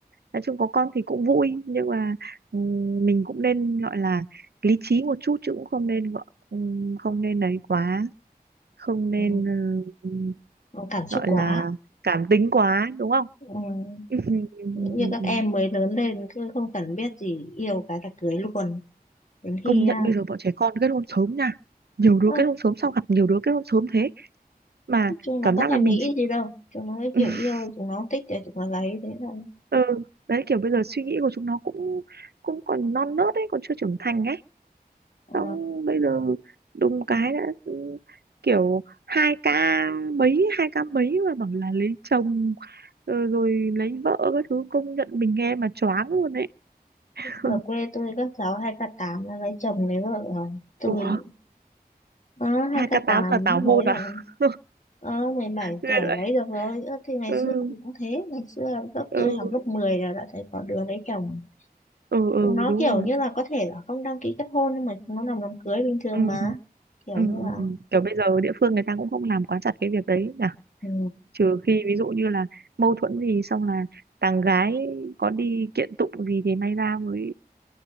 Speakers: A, on the right; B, on the left.
A: nói chung có con thì cũng vui nhưng mà ừm, mình cũng nên gọi là lý trí một chút chứ cũng không nên gọi ừm, không nên đấy quá không nên
B: ừ.
A: ờ,
B: nó cảm xúc
A: gọi
B: quá
A: là cảm tính quá đúng không
B: ừ.
A: Ừ, ừ, ừ, ừ,
B: như
A: ừ.
B: các
A: ừ.
B: em mới lớn lên cứ không cần biết gì yêu cái là cưới luôn đến khi
A: công nhận
B: à,
A: bây giờ bọn trẻ con kết hôn sớm nha nhiều đứa
B: ơ,
A: kết hôn sớm sao gặp nhiều đứa kết hôn sớm thế mà
B: chúng nó
A: cảm
B: có
A: giác
B: thèm
A: là mình
B: nghĩ
A: chỉ
B: gì đâu chúng nó cái
A: <laughs>
B: kiểu yêu chúng nó thích thì chúng nó lấy thế là
A: ừ, đấy kiểu bây giờ suy nghĩ của chúng nó cũng cũng còn non nớt ấy còn chưa trưởng thành ấy
B: ờ,
A: xong bây giờ đùng cái đã ừ, kiểu hai ca mấy hai ca mấy mà bảo là lấy chồng ờ, rồi lấy vợ các thứ công nhận mình nghe mà choáng luôn ấy <laughs>
B: ở quê tôi các cháu hai k tám nó lấy chồng lấy vợ rồi tôi
A: Ủa
B: uh, hai
A: hai
B: k
A: k
B: tám
A: tám là tảo
B: lấy
A: hôn à?
B: rồi
A: <laughs>
B: Ờ, 17
A: Ghê
B: tuổi
A: vậy.
B: mấy được rồi Ơ, thì ngày
A: Ừ,
B: xưa thì cũng thế ngày xưa lớp
A: ừ,
B: tôi học lớp 10 là đã thấy có đứa lấy chồng
A: ừ, ừ,
B: chúng nó
A: đúng
B: kiểu
A: rồi.
B: như là có thể là không đăng ký kết hôn nhưng mà chúng nó làm đám cưới bình thường
A: Ừ,
B: mà kiểu
A: ừ,
B: như
A: ừ.
B: là
A: ừ. Kiểu bây giờ địa phương người ta cũng không làm quá chặt cái việc đấy nhỉ.
B: ừ,
A: Trừ khi ví dụ như là mâu thuẫn gì xong là thằng gái có đi kiện tụng gì thì may ra mới